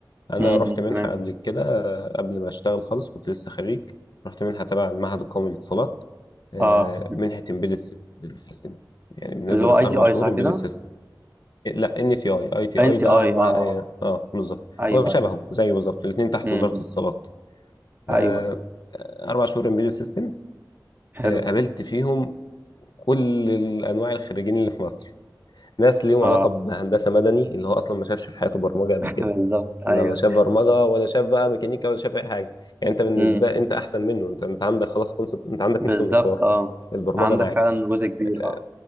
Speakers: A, on the left; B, on the right.
A: انا
B: امم
A: رحت منحه
B: تمام
A: قبل كده آه، قبل ما اشتغل خالص كنت لسه خريج رحت منحه تبع المعهد القومي للاتصالات آه،
B: اه
A: منحه امبيدد سيستم يعني بندرس
B: اللي هو اي
A: اربع
B: تي اي
A: شهور
B: صح
A: امبيدد
B: كده
A: سيستم إيه، لا ان تي اي اي تي
B: ان
A: اي
B: تي
A: ده
B: اي
A: مع
B: اه
A: اه آه، بالظبط
B: ايوه
A: هو شبهه
B: ايوه
A: زيه بالظبط الاثنين تحت
B: امم
A: وزاره الاتصالات آه،
B: ايوه
A: اربع شهور امبيدد سيستم
B: حلو
A: قابلت فيهم كل الانواع الخريجين اللي في مصر ناس ليهم
B: اه
A: علاقه بهندسه مدني اللي هو اصلا ما شافش في حياته برمجه قبل
B: <laughs>
A: كده
B: بالظبط ايوه
A: لا شاف برمجه ولا شاف بقى ميكانيكا ولا شاف اي حاجه يعني انت بالنسبه
B: امم
A: انت احسن منه انت انت عندك خلاص كونسبت انت عندك
B: بالظبط
A: نص المشوار
B: اه
A: البرمجه
B: عندك
A: معاك
B: فعلا جزء كبير
A: اه
B: اه